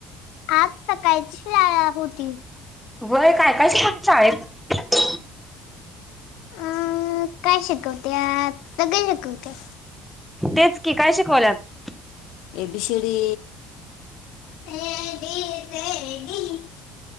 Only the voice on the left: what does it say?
आज सकाळची शाळा होती.
अं काय शिकवत्यात सगळं शिकवत्यात
A B C D A B C D